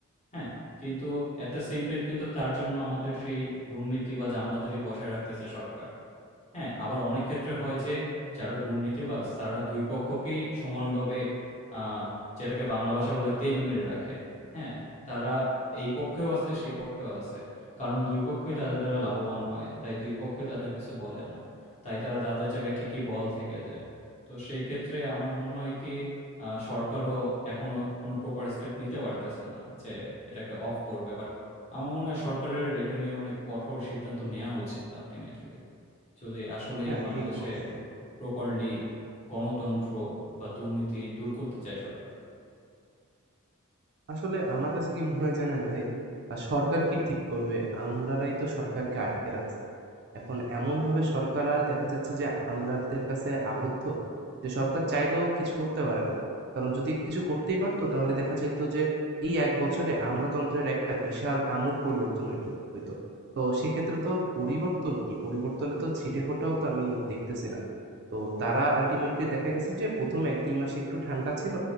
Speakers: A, on the left (about 30°); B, on the right (about 50°).
A: হ্যাঁ? কিন্তু এট দ্য সেম টাইম কিন্তু তার জন্য আমাদের সেই দুর্নীতিবাজ আমলাদেরই বসায় রাখতেছে সরকার। হ্যাঁ, আবার অনেক ক্ষেত্রে হয় যে যারা দুর্নীতিবাজ তারা ২ পক্ষকেই সমানভাবে আ যেটাকে বাংলা ভাষায় বলে তেল মেরে রাখে। হ্যাঁ? তারা এই পক্ষেও আছে, সেই পক্ষেও আছে। কারণ ২ পক্ষই তাদের দ্বারা লাভবান হয়। তাই ২ পক্ষই তাদের কিছু বলে না। তাই তারা তাদের জায়গায় ঠিকই বহাল থেকে যায়। তো সেই ক্ষেত্রে আমার মনে হয় কি আ সরকারও এখনো কোনো প্রপার স্টেপ নিতে পারতেছে না যে এটাকে অফ করবে। বাট আমার মনে হয় সরকারের এটা নিয়ে অনেক কঠোর সিদ্ধান্ত নেয়া উচিত আল্টিমেটলি। যদি আসলেই
B: হ্যাঁ,
A: বাংলাদেশে
B: ঠিক বলছেন।
A: প্রপারলি গণতন্ত্র বা দুর্নীতি দূর করতে চায় সরকার।
B: আসলে আমার কাছে কি মনে হয় জানেন ভাই, আ সরকার কি ঠিক করবে? আমরারাই তো সরকারকে আটকে রাখছি। এখন এমনভাবে সরকাররা দেখা যাচ্ছে যে আমলাদের কাছে আবদ্ধ, যে সরকার চাইলেও কিছু করতে পারে না। কারণ যদি কিছু করতেই পারত তাহলে দেখা যেত যে এই ১ বছরে আমলাতন্ত্রের একটা বিশাল আমূল পরিবর্তন হইতো হইতো। তো সেক্ষেত্রে তো পরিবর্তন কি? পরিবর্তনে তো ছিটেফোঁটাও তো আমি দেখতেছি না। তো তারা আল্টিমেটলি দেখা গেছে যে ১ম ১-২ মাস একটু ঠান্ডা ছিল,